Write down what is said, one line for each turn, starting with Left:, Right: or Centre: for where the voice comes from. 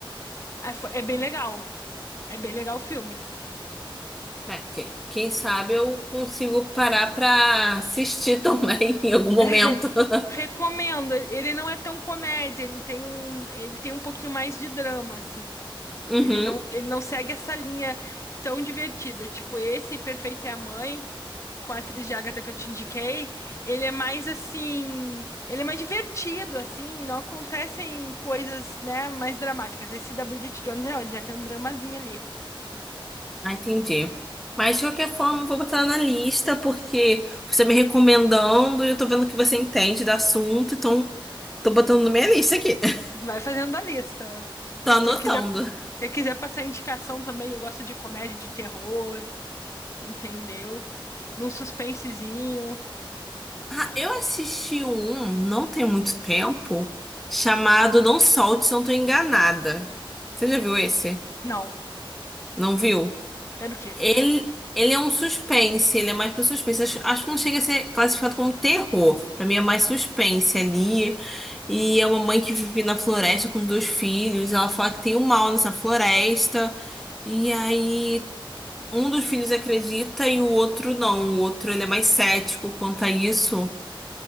Left: Ah, fo- É bem legal. É bem legal o filme.
Centre: É, ok. Quem sabe eu consigo parar pra assistir também <laughs> em algum
Left: <laughs>
Centre: momento. <laughs>
Left: Recomendo. Ele ele não é tão comédia, ele tem um, ele tem um pouquinho mais de drama, assim.
Centre: Uhum.
Left: Ele não, ele não segue essa linha tão divertida. Tipo, esse Perfeito é a Mãe, com a atriz de Agatha que eu te indiquei, ele é mais assim. Ele é mais divertido, assim. Não acontecem coisas, né, mais dramáticas. Esse da Bridget Jones, não, ele já tem um dramazinho ali.
Centre: Ah, entendi. Mas de qualquer forma, eu vou botar na lista porque você me recomendando eu tô vendo que você entende do assunto, então tô botando na minha lista aqui. <laughs>
Left: Vai fazendo a lista.
Centre: Tô anotando.
Left: Se quiser, se quiser passar indicação também, eu gosto de comédia, de terror, entendeu? De um suspensezinho.
Centre: Ah, eu assisti um, não tem muito tempo, chamado Não Solte Se Eu Não Tô Enganada. Você já viu esse?
Left: Não,
Centre: Não viu?
Left: é do quê?
Centre: Ele, ele é um suspense, ele é mais pra suspense. Acho, acho que não chega a ser classificado como terror. Pra mim é mais suspense ali. E é uma mãe que vive na floresta com os dois filhos. Ela fala que tem um mal nessa floresta. E aí um dos filhos acredita e o outro não. O outro ele é mais cético quanto a isso.